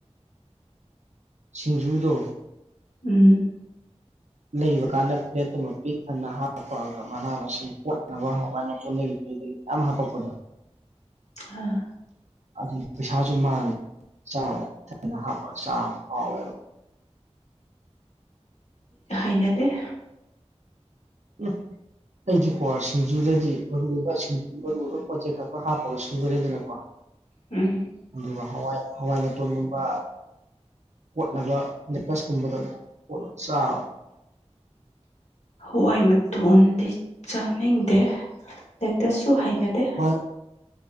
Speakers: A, on the right (about 80°); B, on the left (about 80°).
A: ꯁꯤꯡꯖꯨꯗꯣ
B: ꯎꯝ
A: ꯂꯩꯕ ꯀꯥꯟꯗ ꯐ꯭ꯂꯦꯠꯨ ꯑꯃ ꯄꯤꯛ ꯊꯪꯅ ꯍꯥꯞꯄꯑꯒ ꯃꯅꯥ ꯃꯁꯤꯡ ꯀꯣꯠꯅꯕ ꯍꯋꯥꯏ ꯃꯇꯣꯟꯗꯒꯤ ꯀꯗꯒꯤ ꯃꯌꯥꯝ ꯍꯞꯄꯛꯄꯗꯣ
B: ꯑꯥ
A: ꯑꯗꯨꯗꯤ ꯄꯩꯁꯥꯁꯨ ꯃꯥꯡꯗꯦ ꯆꯥꯕꯗ ꯏꯊꯅ ꯍꯥꯞꯄꯒ ꯆꯥꯕ ꯍꯥꯎꯋꯦꯕ
B: ꯍꯩꯅꯗꯦ
A: ꯎꯝ ꯑꯩꯗꯤꯀꯣ ꯁꯤꯡꯖꯨꯗꯗꯤ ꯃꯔꯨ ꯑꯣꯏꯕ ꯁꯤꯡꯖꯨ ꯃꯔꯨ ꯑꯣꯏꯕ ꯄꯣꯠ ꯆꯩꯩ ꯈꯔ ꯈꯔ ꯍꯥꯞꯄꯒ ꯁꯨꯈꯔꯦꯗꯅꯀꯣ꯫ <inaudible>
B: ꯎꯝ꯫
A: ꯑꯗꯨꯒ ꯍꯋꯥꯏ ꯍꯋꯥꯏ ꯃꯇꯣꯟꯒꯨꯝꯕ ꯀꯣꯠꯅꯕ ꯅꯦꯀꯇꯁꯀꯨꯝꯕꯗꯣ ꯑꯗꯨꯝ ꯀꯣꯠꯂ ꯆꯥꯋ
B: ꯍꯋꯥꯏ ꯃꯇꯣꯟꯗꯤ ꯆꯥꯅꯤꯡꯗꯦ ꯂꯥꯏꯔꯤꯛꯇꯁꯨ ꯍꯩꯅꯗꯦ
A: ꯍ